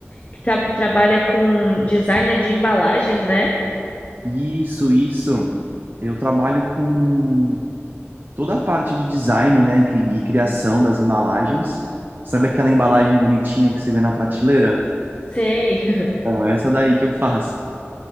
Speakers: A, on the left (about 35°); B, on the right (about 45°).
A: que tá- trabalha com designer de embalagens, né?
B: Isso, isso. Eu trabalho com toda a parte de design, né, e cri- e criação das embalagens. Sabe aquela embalagem bonitinha que você vê na prateleira?
A: Sei. <laughs>
B: Então, é essa daí que eu faço.